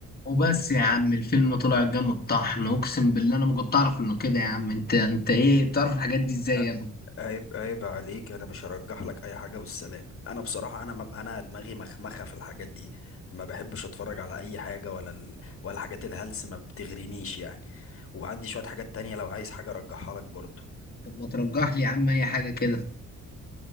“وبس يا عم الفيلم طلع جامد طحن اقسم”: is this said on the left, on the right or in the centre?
Left